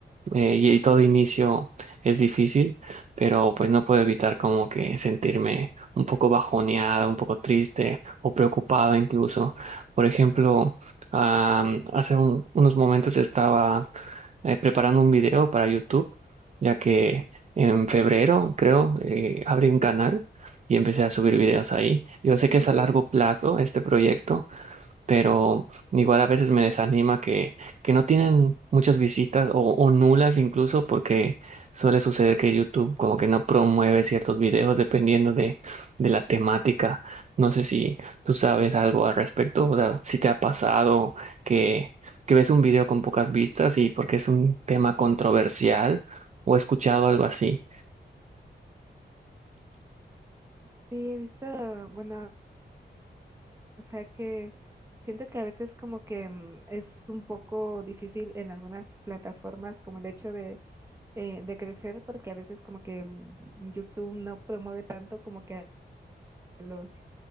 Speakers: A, on the right; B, on the right.
A: eh,
B: claro.
A: y, y todo inicio es difícil, pero pues no puedo evitar como que sentirme un poco bajoneada, un poco triste o preocupada incluso. Por ejemplo, am, hace un- unos momentos estaba eh, preparando un video para YouTube, ya que en febrero, creo, eh, abrí un canal y empecé a subir videos ahí. Yo sé
B: Ok,
A: que es a largo plazo este proyecto pero igual a veces
B: ujú.
A: me desanima que, que no tienen muchas visitas o, o nulas incluso porque suele suceder que YouTube como que no promueve ciertos videos dependiendo de, de la temática. No sé si tú sabes algo al respecto, o sea, si te ha pasado que, que ves un video con pocas vistas y porque es un tema controversial o he escuchado algo así.
B: Sí, he visto, bueno, O sea que siento que a veces como que mm, es un poco difícil en algunas plataformas como el hecho de, eh, de crecer, porque a veces como que mm, YouTube no promueve tanto como que a los,